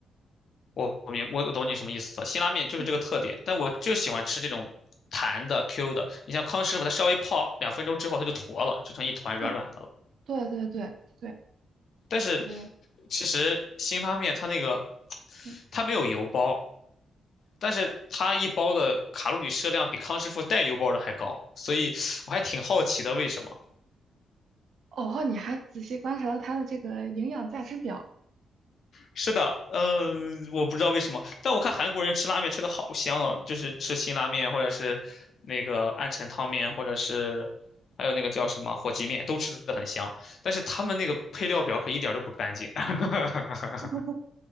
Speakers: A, on the left (about 60°); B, on the right (about 70°).
A: 我我明我我懂你什么意思了，辛拉面就是这个特点，
B: 嗯，
A: 但我就喜欢吃这种弹的 Q 的。你像康师傅，它稍微泡两分钟之后，它就坨了，就成一团软软的了。
B: 对对对对对对，
A: 但是
B: 呃。
A: 其实辛拉面它那个
B: 嗯
A: 它没有油包，但是它一包的卡路里摄量比康师傅带油包的还高，所以我还挺好奇的，为什么？
B: 哦，你还仔细观察了它的这个营养价值表，
A: 是的，嗯，我不知道为什么，但我看韩国人吃拉面吃的好香啊，就是吃辛拉面或者是那个暗沉汤面，或者是还有那个叫什么火鸡面，都吃的很香，但是他们那个配料表可一点儿都不干净。<laughs>
B: <laughs>